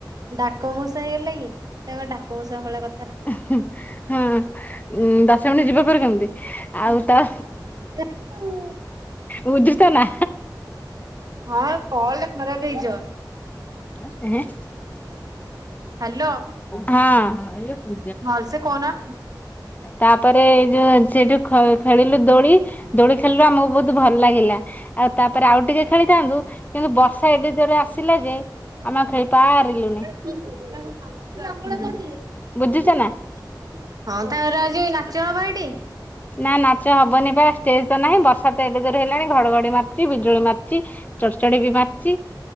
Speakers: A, on the right (about 55°); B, on the left (about 20°).
A: ଡାକ ମଉସା ହେଇଗଲେ କି? ତୋମେ ଡାକ ମଉସା ଭଳିଆ କ
B: ଏ ହୁଁ, ହଁ ଉଁ, ଦଶ ମିନିଟ୍ ଯିବ ଫେର କେମିତି? ଆଉ ତ
A: <unintelligible>
B: ବୁଝୁଚ ନା?
A: ହଁ ଏ କଲ୍ ଟା ଖରାପ ହେଇଯିବ।
B: ଏ ହେଁ।
A: ହ୍ୟାଲୋ
B: ହଁ।
A: ଭଲସେ କହୁନ।
B: ତାପରେ ଏ ଯୋ ସେଠୁ ଖ-ଖେଳିଲୁ ଦୋଳି। ଦୋଳି ଖେଳିଲୁ ଆମକୁ ବହୁତ ଭଲ ଲାଗିଲା। ଆଉ ତାପରେ ଆଉ ଟିକେ ଖେଳିଥାନ୍ତୁ କିନ୍ତୁ ବର୍ଷା ଏଡେ ଜୋରେ ଆସିଲା ଯେ
A: ଆଙ୍ଗ
B: ଆମେ ଆଉ ଖେଳି ପାରିଲୁନି
A: ଧ <unintelligible>
B: ବୁଝୁଛ ନା
A: ହଁ ତାର ଆଜି ନାଚ ହବ ଏଇଠି।
B: ନା ନାଚ ହବନି ପା ଷ୍ଟେଜ ତ ନାହିଁ ବର୍ଷା ତ ଏଡେ ଜୋର ହେଲାଣି ଘଡଘଡି ମାରୁଚି ବିଜୁଳି ମାରୁଛି। ଚଡ଼ଚଡି ବି ମାର ଚି